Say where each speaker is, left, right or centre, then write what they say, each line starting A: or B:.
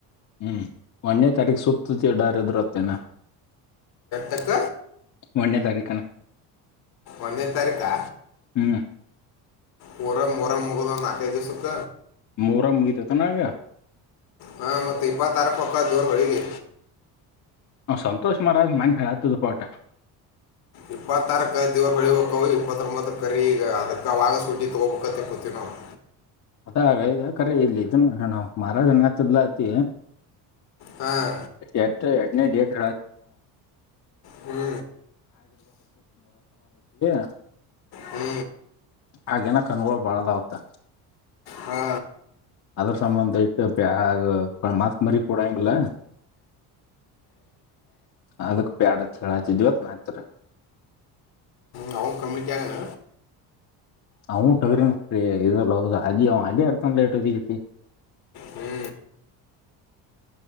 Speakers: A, on the left; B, on the left.
A: ಹ್ಮ್ ಒಂದೇ ತಾರೀಕ ಸುತ್ತಡಾರದರುತ್ತೇನಾ.
B: ಯಾಕ.
A: ಒಂದನೇ ತಾರೀಕು.
B: ಒಂದೇ ತಾರೀಕಾ
A: ಹ್ಮ್
B: ಮೋರಂ ಮೋರಂ ಮುಗಿದು ಒಂದು ನಾಲ್ಕು ಐದು ದಿವಸಕ್ಕ.
A: ಮೋರಂ ಮುಗೀತೆನ್ನಾ ಅವಾಗ.
B: ಹಾ ಮತ್ತೆ ಇಪ್ಪತ್ತಾರಕ್ ಹಕ್ಕ ದೇವರು ಹೋಳಿಗೆ.
A: ಹ್ ಸಂತೋಷ <unintelligible>
B: ಇಪ್ಪತ್ತಾರಕ್ಕ ದೇವರಾ ಬೆಳೀಬೇಕವು ಇಪ್ಪತ್ತೊಂಬತ್ತ ಕರಿ ಈಗ ಅದಕ್ಕೆ ಅವಾಗ ಸೂಟಿ ತೊಗೋಬೇಕತಿ ಕೂತಿವಿ ನೋಡಿ
A: ಅದಾಗ ಇಖರೆ ಇಲ್ಲಿ ಇದನು ಮಹಾರಾಜನು ಇಲ್ಲಕತಿ
B: ಹಾಂ
A: ಎಷ್ಟ್ ಎಂಟನೇ ಡೇಟ್
B: ಹ್ಞೂ
A: <unintelligible> <unintelligible>
B: ಹ್ಮ
A: ಆಗಿನ ಕಣ್ಣುಗಳು ಬಾಳಅವ ಅದಕ್ಕ.
B: ಹಾ
A: ಅದ್ರ ಸಂಬಂಧ ಇಟ್ಟ ಮಾತ್ ಮರಿ ಕೊಡಂಗಿಲ್ಲ. <unintelligible>
B: ಹೌ ಮುಂಜಾನೆ.
A: <unintelligible> <unintelligible>
B: ಹ್ಞೂ